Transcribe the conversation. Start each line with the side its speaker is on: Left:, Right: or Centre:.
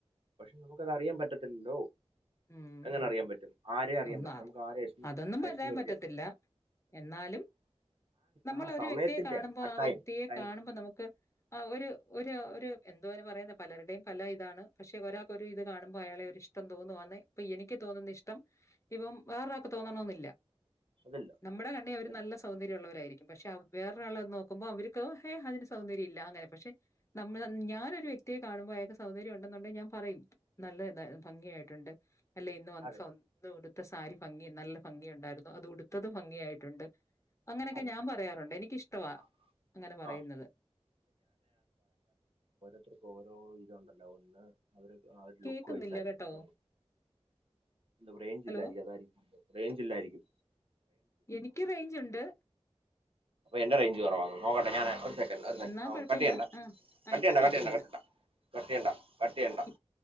Right: പക്ഷെ നമുക്ക് അത് അറിയാൻ പറ്റത്തില്ലല്ലോ
Left: ഉം
Right: എങ്ങനെ അറിയാൻ പറ്റും ആരേ അറിയാൻ
Left: ഒന്ന്
Right: പറ്റും
Left: അത്
Right: നമുക്ക് ആരെ എസ്റ്റിമേറ്റ്
Left: അതൊന്നും പറയാൻ പറ്റത്തില്ല.
Right: ചെയ്യാൻ പറ്റും
Left: എന്നാലും നമ്മൾ
Right: ആ
Left: ഒരു
Right: സമയത്തിന്റെ
Left: വ്യക്തിയെ കാണുമ്പോ
Right: ആണ്
Left: ആ
Right: ടൈം
Left: വ്യക്തിയെ
Right: ടൈം
Left: കാണുമ്പോ നമുക്ക് ആ ഒരു ഒരു ഒരു എന്തുവാ അതിനു പറയുന്നെ പലരുടെയും പല ഇതാണ് പക്ഷെ ഒരാക്ക് ഒരു ഇത് കാണുമ്പോ അയാളെ ഒരു ഇഷ്ടം തോന്നുവാന്നെ ഇപ്പൊ എനിക്ക് തോന്നുന്ന ഇഷ്ടം ഇപ്പം വേറൊരാൾക്ക് തോന്നണമെന്നില്ല
Right: അതില്ല
Left: നമ്മുടെ കണ്ണി അവര്
Right: അതില്ല
Left: നല്ല സൗന്ദര്യം ഉള്ളവരായിരിക്കും പക്ഷെ വേറൊരാളെ നോക്കുമ്പോ അവർക്ക് ഹേ അതിന് സൗന്ദര്യം ഇല്ലാന്ന് അങ്ങനെ പക്ഷെ നമ്മ ഞാനൊരു വ്യക്തിയെ കാണുമ്പോ അയാക്ക് സൗന്ദര്യം ഉണ്ടെന്നുണ്ടെങ്കി ഞാൻ പറയും നല്ല ഭംഗി ആയിട്ടുണ്ട് അല്ല ഇന്ന് വന്ന്
Right: അതെ
Left: സൗ <unintelligible> ഉടുത്ത സാരി ഭംഗി നല്ല ഭംഗി ഉണ്ടായിരുന്നു അതുടു ത്തത് ഭംഗിയായിട്ടുണ്ട് അങ്ങനെയൊക്കെ
Right: അതെ
Left: ഞാൻ പറയാറുണ്ട് എനിക്കിഷ്ടവാ
Right: ആ
Left: അങ്ങനെ പറയുന്നത്
Right: ആ ഓരോത്തർക് ഓരോ ഇതുണ്ടല്ലോ ഒന്ന് അവര് ആ ഒരു
Left: കേക്കുന്നില്ല
Right: ലുക്ക് വൈസായിരിക്കത്തൊള്ളൂ
Left: കേട്ടോ.
Right: എന്താ റേഞ്ചില്ലാരിക്കും
Left: ഹലോ?
Right: അതാരിക്കും റേഞ്ചിൽ രിക്കും
Left: എനിക്ക് റേഞ്ച് ഉണ്ട്
Right: അപ്പൊ എന്റെ റേഞ്ച് കുറവാന്നോ നോക്കട്ടെ ഞാനെ സെക്കന്റ്‌ ഒരു സെക്കന്റ്‌
Left: എന്നാ
Right: ആ
Left: കുഴപ്പമില്ല.
Right: കട്ട്‌ ചെയ്യണ്ട
Left: ആ. ആ
Right: കട്ട്‌
Left: ഇപ്പ
Right: ചെയ്യണ്ട
Left: കേക്കുന്നുണ്ട്.
Right: കട്ട്‌ ചെയ്യണ്ട കട്ട്‌ ചെയ്യണ്ട കട്ട്‌ ചെയ്യണ്ട കട്ട്‌ ചെയ്യണ്ട
Left: ഇ